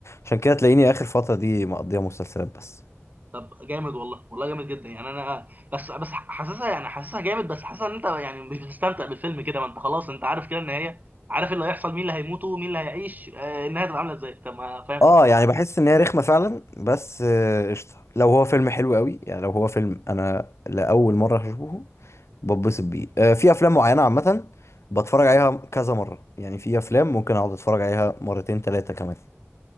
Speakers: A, on the left; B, on the right.
A: عشان كده تلاقيني اخر فتره دي مقضيها مسلسلات بس
B: طب جامد والله والله جامد جدا يعني انا بس بس حاسسها يعني حاسسها جامد بس حاسسها ان انت يعني مش بتستمتع بالفيلم كده ما انت خلاص انت عارف كده النهايه عارف اللي هيحصل مين اللي هيموت ومين اللي هيعيش آه، النهايه هتبقى عامله ازاي طب ما فاهم
A: اه يعني بحس ان هي رخمه فعلا بس آه، قشطه لو هو فيلم حلو قوي يعني لو هو فيلم انا لاول مره هشوفه بتبسط بيه آه، في افلام معينه عامه بتفرج عليها كذا مره يعني في افلام ممكن اقعد اتفرج عليها مرتين ثلاثه كمان